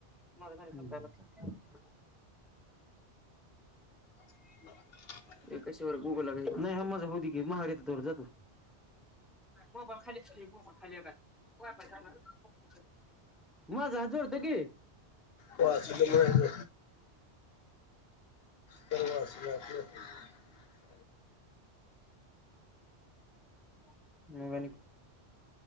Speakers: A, in the centre; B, on the left (about 65°).
A: म <unintelligible> <inaudible> <unintelligible>
B: ब
A: कशावर गुगला नाही माझा हो घे महार येत जात हो होबा खालीच की होबा खाली <unintelligible> माझ हा जोड तो की
B: हो हस्पटल च वा
A: <unintelligible>